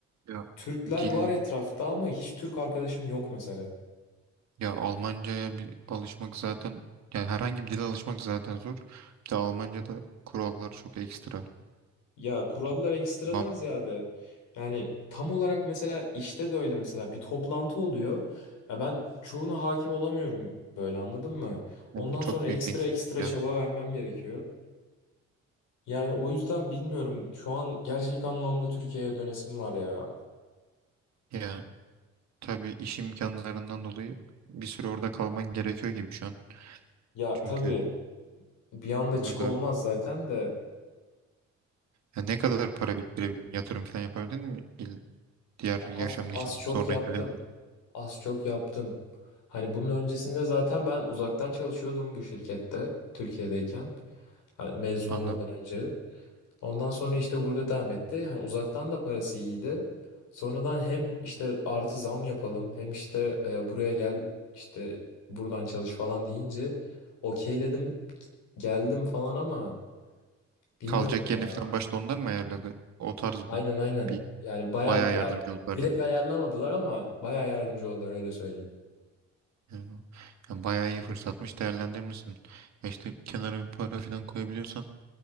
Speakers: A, on the right; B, on the left.
A: Ya
B: Türkler
A: dil
B: var etrafta ama hiç Türk arkadaşım yok mesela.
A: ya Almanca'ya bir alışmak zaten yani herhangi bir dile alışmak zaten zor. Bir de Almanca'da kurallar çok ekstra.
B: Ya kurallar
A: C-
B: ekstradan
A: Bam,
B: ziyade yani tam olarak mesela işte de öyle mesela bir toplantı oluyor. Ya ben çoğuna hakim olamıyorum böyle anladın mı? Ondan
A: Evet. çok
B: sonra
A: büyük
B: ekstra
A: eksiklik
B: ekstra
A: ya.
B: çaba vermem gerekiyor. Yani o yüzden bilmiyorum şu an gerçek anlamda Türkiye'ye dönesim var ya.
A: Ya tabii iş imkanlarından dolayı bir süre orada kalman gerekiyor gibi şu an.
B: Ya
A: Çünkü
B: tabii bir anda
A: burada
B: çık olmaz zaten de
A: ya ne kadar para biriktirebildin, yatırım falan yapabildin mi? İl- diğer
B: ya
A: yaşamın
B: az, az
A: için
B: çok
A: sonraki
B: yaptım.
A: hayatın.
B: Az çok yaptım. Hani bunun öncesinde zaten ben uzaktan çalışıyordum bu şirkette Türkiye'deyken. Hani mezun
A: Anladım.
B: olmadan önce. Ondan sonra işte burada devam etti. Hani uzaktan da parası iyiydi. Sonradan hem işte artı zam yapalım hem işte e, buraya gel işte buradan çalış falan deyince okeyledim geldim falan ama bilmiyorum
A: Kalacak
B: ya.
A: yerini falan başta onlar mı ayarladı? O tarz
B: Aynen
A: mı?
B: aynen.
A: Bir
B: Yani baya
A: bayağı
B: ya
A: yardımcı oldular
B: direkt
A: ya.
B: ayarlamadılar ama baya yardımcı oldular öyle söyleyeyim.
A: Yani, o- yani bayağı iyi fırsatmış değerlendirmişsin. Ya işte kenara bir para falan koyabiliyorsan,